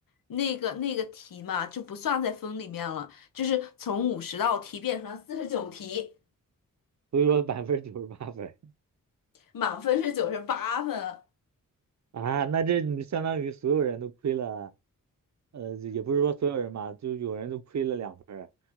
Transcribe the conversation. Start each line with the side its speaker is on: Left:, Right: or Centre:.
Left: 那个那个题嘛，就不算在分里面了，就是从五十道题变成了四十九题，
Right: 所以说百分之九十八分儿
Left: 满分是九十八分。
Right: 啊，那这你相当于所有人都亏了呃，也不是说所有人嘛，就有人就亏了两分儿。